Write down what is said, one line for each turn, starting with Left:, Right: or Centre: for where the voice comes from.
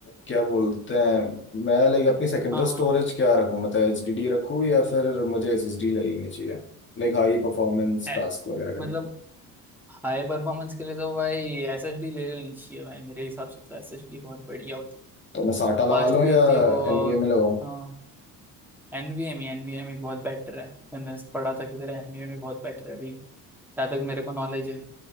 Left: क्या बोलते हैं मैं लाइक अपनी सेकेंडरी
Centre: हाँ हाँ
Left: स्टोरेज क्या रखूँ मतलब एच डी डी रखूँ या फिर मुझे एस एस डी लगनी चाहिए लाइक हाई परफॉर्मेंस
Centre: ए-
Left: टास्क वगैरह
Centre: मतलब
Left: करने के लिए
Centre: हाई परफॉर्मेंस के लिए तो भाई एसएसडी ले लेनी चाहिए भाई मेरे हिसाब से तो एसएसडी बहुत बढ़िया होती है
Left: तो मैं साटा
Centre: फास्ट
Left: लगा लूँ
Centre: भी
Left: या
Centre: होती है वो और,
Left: एन वी ए में लगाऊँ
Centre: हाँ एनवीएम ही एनवीएम ही बहुत बेटर है मैंने पढ़ा था किधर एनवीएम ही बहुत बेटर है अभी जहाँ तक मेरे को नॉलेज है